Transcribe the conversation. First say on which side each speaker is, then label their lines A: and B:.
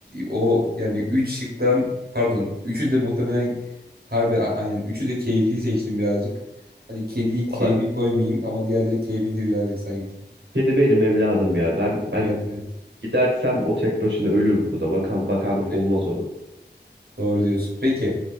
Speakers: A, on the right; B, on the right.
A: o yani üç şıktan pardon üçü de muhtemelen harbi a- aynen üçü de keyfi seçtim birazcık. Hadi kediyi keyfi
B: Valla
A: koymayayım ama diğerleri keyfi de birazcık sanki.
B: kedi benim evladım ya. Ben ben
A: Evet evet.
B: Gidersem o tek başına ölür burada. Bakan bakan
A: Evet,
B: olmaz ona.
A: doğru diyorsun. Peki